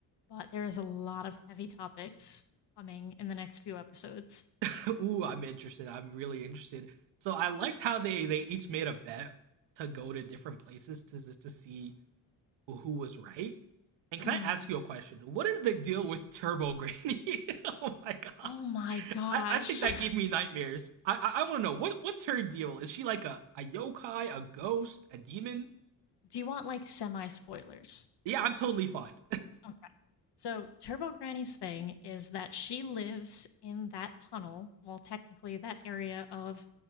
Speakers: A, on the left; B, on the right.
A: But there is a lot of heavy topics coming in the next few episodes.
B: <laughs> Ooh, I'm interested. I'm really interested. So I liked how they they each made a bet to go to different places to to see who was right. And can
A: Mhm.
B: I ask you a question? What is the deal with Turbo Granny? <laughs> oh my god.
A: Oh my gosh.
B: I, I think that
A: <laughs>
B: gave me nightmares. I I, I want to know what what's her deal? Is she like a a yokai, a ghost, a demon?
A: Do you want like semi spoilers?
B: Yeah, I'm totally fine.
A: Okay. So, Turbo Granny's thing is that she lives in that tunnel, well, technically that area of